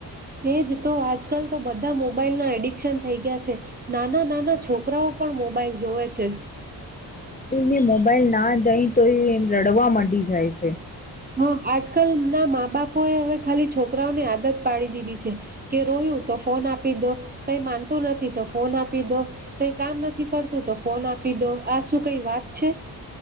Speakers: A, on the right; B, on the left.
A: એજ તો આજકાલ તો બધા મોબાઈલ ના એડિકશન થઈ ગયા છે, નાના નાના છોકરાઓ પણ મોબાઈલ જોવે છે.
B: એને મોબાઈલ ના દઈ તો એ રડવા માંડી જાય છે.
A: હા આજકાલ ના મા બાપો એ હવે ખાલી છોકરાઓની આદત પાડી દીધી છે, કે રોય્યું તો ફોન આપી દો, કઈ માનતું નથી તો ફોન આપી દો, કઈ કામ નથી કરતું તો ફોન આપી દો, આ શું કઈ વાત છે.